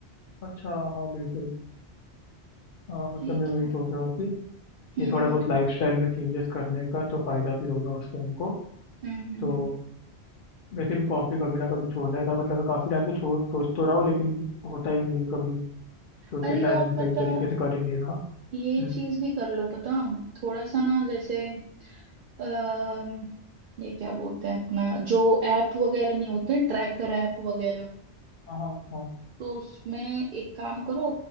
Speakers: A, on the left; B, on the right.
A: अच्छा हाँ बिल्कुल हाँ मतलब
B: ठीक
A: मैं वही
B: है
A: सोच रहा हूँ कि
B: हम्म
A: ये थोड़ा बहुत
B: हम्म
A: लाइफस्टाइल
B: हम्म
A: में चेंजेस करने का तो फायदा भी होगा उससे हमको
B: हम्म हम्म
A: तो
B: हम्म।
A: वैसे भी कॉफी कभी ना कभी छोड़ना ही था मतलब मैं काफी टाइम से छोड़ सोच तो रहा हूँ लेकिन होता ही नहीं है कभी क्योंकि
B: अरे
A: शायद
B: और
A: मैं सही
B: पता
A: तरीके से कर ही नहीं रहा
B: ये
A: हम्म,
B: चीज भी कर लो पता थोड़ा सा ना जैसे अः ये क्या बोलते हैं अपना जो ऐप वगैरह नहीं होते ट्रैकर ऐप वगैरह
A: हाँ हाँ
B: तो उसमें एक काम करो